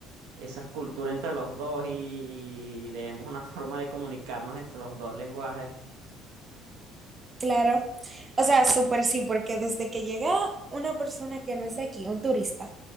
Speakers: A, on the right; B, on the right.
A: esas culturas entre los dos y, y demos una <laughs> forma de comunicarnos entre los dos lenguajes.
B: Claro. O sea, súper sí, porque desde que llega una persona que no es de aquí, un turista,